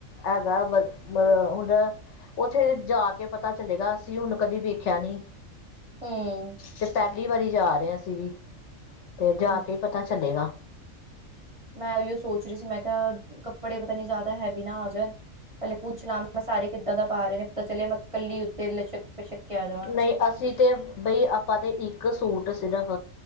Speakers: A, on the left; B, on the right.
A: ਹੈਗਾ ਆ ਹੁੰਦਾ ਉੱਥੇ ਜਾ ਕੇ ਪਤਾ ਚਲੇਗਾ ਅਸੀਂ ਹੁਣ ਕਦੇ ਵੇਖਿਆ ਨੀ
B: ਹੂੰ,
A: ਤੇ ਪਹਿਲੀ ਵਾਰੀ ਜਾ ਰਹੇ ਅਸੀ ਵੀ ਤੇ ਜਾ
B: ਅੱਛਾ
A: ਕੇ ਪਤਾ ਚੱਲੇਗਾ
B: ਮੈਂ ਉਹੀਓ ਸੋਚ ਰਹੀ ਸੀ ਮੈਂ ਕਿਹਾ ਕੱਪੜੇ ਪਤਾ ਨੀ ਜ਼ਿਆਦਾ ਹੈਵੀ ਨਾ ਆ ਜਾਣ ਪਹਿਲੇ ਪੁੱਛ ਲਿਆ ਮੈਂ ਸਾਰੇ ਕਿੱਦਾਂ ਦਾ ਪਾ ਰਹੇ ਨੇ ਪਤਾ ਚਲੇਿਆ ਮੈਂ ਕੱਲੀ ਉੱਤੇ ਲਛਕ ਪਿਸ਼ਕ ਕੇ ਆ ਜਾਵਾਂ
A: ਨਹੀਂ ਅਸੀਂ ਤੇ ਬਈ ਆਪਾਂ ਤੇ ਇੱਕ ਸੂਟ ਸਿਰਫ਼